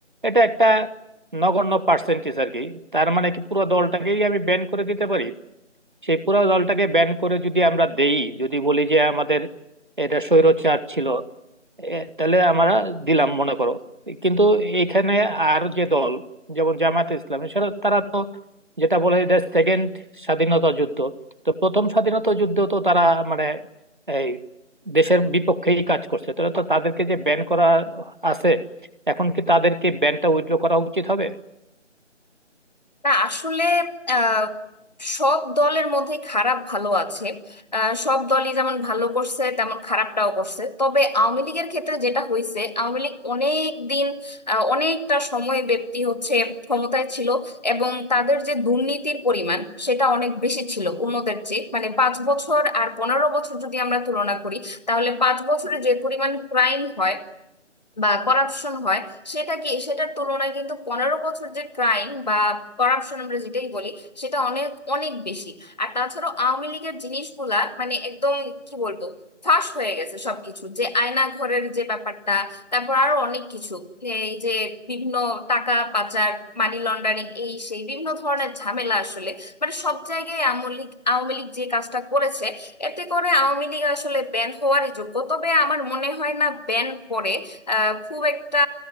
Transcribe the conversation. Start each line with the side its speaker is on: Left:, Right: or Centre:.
Right: এটা একটা নগণ্য পার্সেন্টেজ আর কি তার মানে কি পুরো দলটাকেই আমি ব্যান করে দিতে পারি সেই পুরো দলটাকে ব্যান করে যদি আমরা দেই যদি বলি যে আমাদের এটা স্বৈরচার ছিল এ, তাহলে আমরা দিলাম মনে করো কিন্তু এইখানে আর যে দল যেমন জামায়াতে ইসলামী সেটা তারা তো যেটা বলে এটা সেকেন্ড স্বাধীনতা যুদ্ধ তো প্রথম স্বাধীনতা যুদ্ধ তো তারা মানে এই দেশের বিপক্ষেই কাজ করছে তাহলে তো তাদেরকে যে ব্যান করা আছে এখন কি তাদেরকে ব্যানটা উইথড্র করা উচিত হবে
Left: না আসলে আহ, সব দলের মধ্যে খারাপ ভালো আছে আহ, সব দলই যেমন ভালো করছে তেমন খারাপটাও করছে তবে আওয়ামী লীগের ক্ষেত্রে যেটা হয়েছে আওয়ামী লীগ অনেক দিন আহ, অনেকটা সময় ব্যক্তি হচ্ছে ক্ষমতায় ছিল এবং তাদের যে দুর্নীতির পরিমাণ সেটা অনেক বেশি ছিল অন্যদের চেয়ে মানে পাঁচ বছর আর পনেরো বছর যদি আমরা তুলনা করি তাহলে পাঁচ বছরে যে পরিমাণ ক্রাইম হয় বা করাপশন হয় সেটা কি সেটার তুলনায় কিন্তু পনেরো বছর যে ক্রাইম বা করাপশন আমরা যেটাই বলি সেটা অনেক অনেক বেশি আর তাছাড়াও আওয়ামী লীগের জিনিসগুলা মানে একদম কি বলবো ফাঁস হয়ে গেছে সবকিছু যে আয়না ঘরের যে ব্যাপারটা তারপর আরো অনেক কিছু এই যে বিভিন্ন টাকা পাচার মানি লন্ডারিং এই সেই বিভিন্ন ধরনের ঝামেলা আসলে মানে সব জায়গায় আওয়ামী লীগ আওয়ামী লীগ যে কাজটা করেছে এতে করে আওয়ামী লীগ আসলে ব্যান হওয়ারই যোগ্য তবে আমার মনে হয় না ব্যান করে আহ, খুব একটা